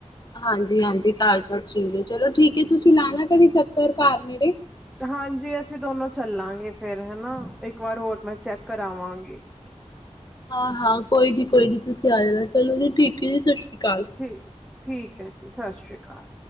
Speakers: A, on the left; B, in the centre.
A: ਹਾਂਜੀ ਹਾਂਜੀ ਘਰ ਸਭ ਠੀਕ ਹੈ ਚਲੋ ਠੀਕ ਹੈ ਤੁਸੀਂ ਲਾਣਾ ਕਦੇ ਚੱਕਰ ਘਰ ਮੇਰੇ
B: ਹਾਂਜੀ ਅਸੀਂ ਦੋਨੋ ਚੱਲਾਂਗੇ ਫੇਰ ਹੈਨਾ ਇੱਕ ਵਾਰ ਹੋਰ ਮੈਂ ਚੈੱਕ ਕਰਾਵਾਂਗੀ <unintelligible>
A: ਹਾਂ-ਹਾਂ ਕੋਈ ਨੀ ਕੋਈ ਨੀ ਤੁਸੀਂ ਆ ਜਾਣਾ ਚਲੋ ਠੀਕ ਹੀ ਜੀ ਅਕਾਲ।
B: ਠੀਕ-ਠੀਕ ਹੈ ਜੀ ਸਤਿ ਸ਼੍ਰੀ ਅਕਾਲ